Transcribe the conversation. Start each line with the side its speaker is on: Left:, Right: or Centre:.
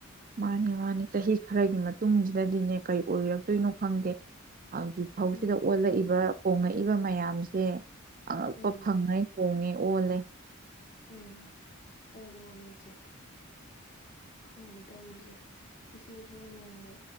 Right: ꯃꯥꯅꯤ ꯃꯥꯅꯤ ꯆꯍꯤ ꯈꯔꯒꯤ ꯃꯇꯨꯡꯁꯤꯗꯗꯤꯅꯦ ꯀꯩ ꯑꯣꯏꯔꯛꯇꯣꯏꯅꯣ ꯈꯪꯗꯦ ꯍꯧꯖꯤꯛ ꯐꯥꯎꯁꯤꯗ
Left: ꯎꯝ
Right: ꯑꯣꯜꯂꯛꯏꯕ ꯀꯣꯡꯉꯩ ꯄꯛꯏꯕ ꯃꯌꯥꯝꯁꯦ ꯑꯉꯛꯄ
Left: ꯎꯝ
Right: ꯐꯪꯉꯩ ꯍꯣꯡꯉꯦ ꯑꯣꯅꯦ
Left: ꯎꯝ ꯑꯣꯜꯂꯦ ꯑꯣꯜꯂꯦ ꯏꯆꯦ ꯈꯪꯗꯦ ꯇꯧꯔꯤꯁꯦ ꯏꯆꯦꯁꯨ ꯅꯣꯡꯃ